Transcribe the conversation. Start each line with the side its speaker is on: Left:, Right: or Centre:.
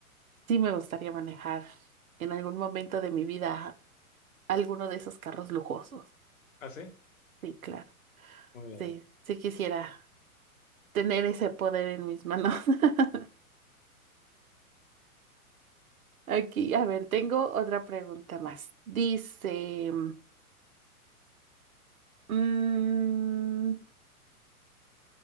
Right: sí me gustaría manejar en algún momento de mi vida alguno de esos carros lujosos.
Left: ¿ah, sí?
Right: Sí, claro.
Left: Muy bien.
Right: Sí, sí quisiera tener ese poder en mis manos. <laughs> Aquí, a ver, tengo otra pregunta más. Dice, mm,